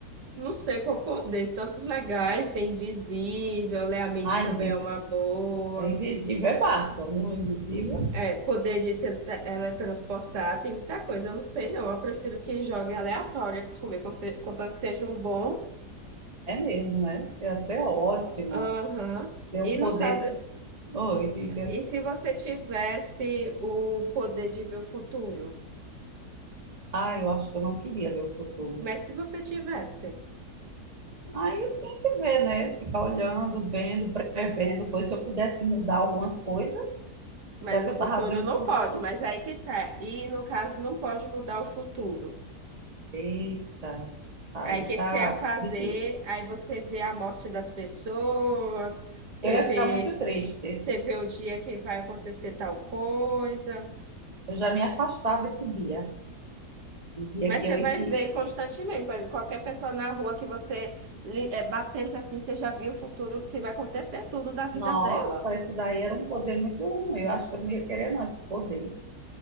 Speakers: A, on the right (about 85°); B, on the right (about 25°).
A: não sei qual poder, tantos legais, ser invisível, ler a mente
B: Ah,
A: também
B: invisível.
A: é uma boa.
B: É invisível é massa, viu? Invisível
A: É, poder de se ele- tra- teletransportar tem muita coisa. Eu não sei, não. Eu prefiro que jogue aleatória comigo, con- se- contanto que sejam bom.
B: é mesmo, né? Ia ser ótimo.
A: Aham.
B: Ter
A: E
B: um
A: no
B: poder.
A: caso,
B: Oi, diga.
A: e se você tivesse o poder de ver o futuro?
B: Ah, eu acho que eu não queria ver o futuro.
A: Mas se você tivesse,
B: Aí eu tenho que ver, né? Ficar olhando, vendo, prevendo coisas. Se eu pudesse mudar algumas coisas,
A: mas
B: já que
A: o
B: eu
A: futuro
B: estava vendo
A: não
B: o futuro.
A: pode, mas aí que tá. E no caso, não pode mudar o futuro.
B: Eita, aí
A: Aí o que
B: tá
A: que você ia fazer?
B: difícil.
A: Aí você vê a morte das pessoas, você
B: Eu ia
A: vê,
B: ficar muito triste.
A: você vê o dia que vai acontecer tal coisa.
B: Eu já me afastava esse dia. O dia
A: Mas
B: que
A: você
B: eu ia
A: vai
B: que.
A: ver constantemente, por exemplo, qualquer pessoa na rua que você li- eh, batesse assim, você já viu o futuro do que vai acontecer tudo da vida
B: Nossa,
A: dela.
B: esse daí era um poder muito ruim. Eu acho que eu não ia querer, não, esse poder.